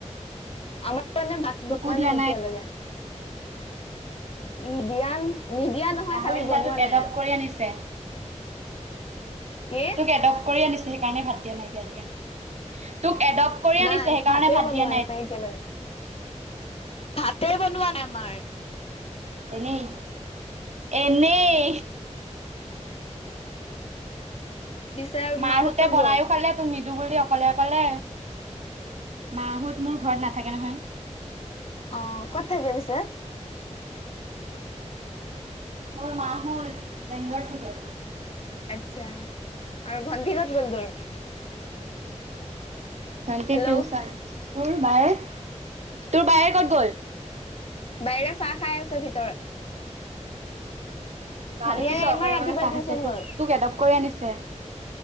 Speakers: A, on the left; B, on the right.
A: আমাৰ কাৰণে ভাত বানোৱা
B: তোকো দিয়া
A: নাই এতিয়ালৈকে নিদিয়া নিদিয়া নহয়
B: পাহৰি
A: খালি বনোৱা
B: যা তোক
A: নাই
B: এডপ্ট
A: আৰু
B: কৰি আনিছে।
A: কি?
B: তোক এডপট কৰি আনিছে সেইকাৰণে ভাত দিয়া নাই এতিয়ালৈকে তোক। এডপ্ট কৰি
A: নাই
B: আনিছে সেইকাৰণে
A: ভাতে
B: ভাত
A: বনোৱা
B: দিয়া
A: নাই এতিয়ালৈকে ভাত ভাতে বনোৱা নাই আমাৰ।
B: এনেই এনেই।
A: পিছে
B: মাৰ
A: মাহঁত
B: হতে
A: ক'ত
B: বনাইো
A: গ'ল?
B: খালে তুমি। নিদু বুলি অকলে অকলে মা হত মোৰ ঘৰত নাথাকে নহয়।
A: অ কত থাকে পিছে?
B: মোৰ মা হ'ল বেংগলৰ থাকে।
A: আচ্ছা আৰু ভণ্টি হত কত গ'ল তোৰ।
B: ভণ্টি
A: হেল্ল'
B: টিউচন তোৰ বাই তোৰ বাইৰে ক'ত গল?
A: বাইৰে চাহ খাই আছে ভিতৰত।
B: বা
A: ভনীয়েৰে
B: দেখিছ
A: ইমান
B: অকলে
A: ৰাতিপুৱাই
B: অকলে চাহ
A: টিউচন
B: খাইছে তোক
A: গ'ল।
B: তোক এডপট কৰি আনিছে।